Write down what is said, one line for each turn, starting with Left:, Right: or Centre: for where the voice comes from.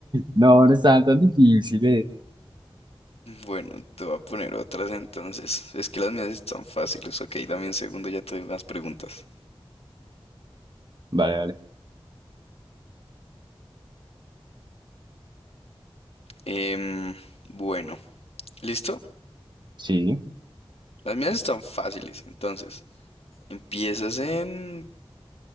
Right: No, no estaban tan difíciles.
Left: Bueno, te voy a poner otras entonces. Es que las mías están fáciles. Ok, dame un segundo, ya te doy más preguntas.
Right: Vale, vale.
Left: Em, bueno, ¿listo?
Right: Sí.
Left: Las mías están fáciles. Entonces, empiezas en